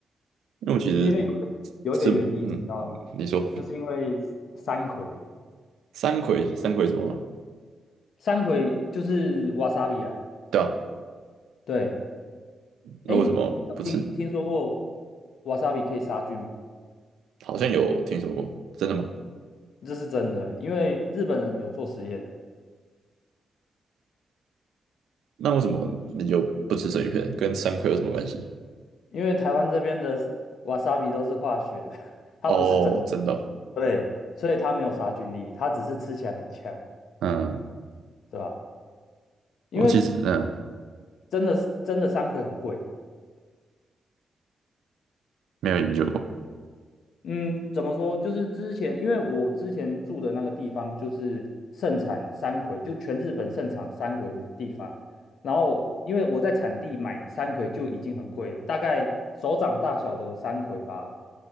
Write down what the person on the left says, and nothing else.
因为有有一个原因你知道吗？
就是因为山葵。
三葵就是瓦 a 比啊，
对，
哎，你有听听说过瓦 a 比可以杀菌吗？
这是真的，因为日本人有做实验，
因为台湾这边的瓦 a 比都是化学的，<laughs> 它不是真的，
对，所以它没有杀菌力，它只是吃起来很呛，
对吧？因为
真的真的山葵很贵，
嗯，怎么说？就是之前，因为我之前住的那个地方就是盛产山葵，就全日本盛产山葵的地方。然后，因为我在产地买山葵就已经很贵了，大概手掌大小的山葵吧，